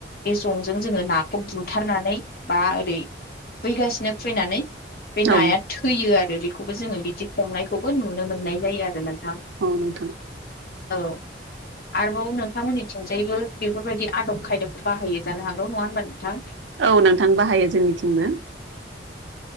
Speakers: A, on the left; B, on the right.
A: बे जंजों जोङो नाखौ बुथारनानै बा ओरै खुबैगासिनो खुबैनानै बे
B: औ
A: नाया थैयो आरो बे खौबो जोङो बिदि हमनायखौबो नुनो मोननाय जायो आरो नोंथां
B: औ नोंथां
A: औ आरोबाव नोंथांमोननिथिं जेबो बेफोरबायदि आदब खायदाखौ बाहायो जानो हागौ नङा होमबा नोंथां
B: औ नोंथां बाहायो जोंनिथिंबो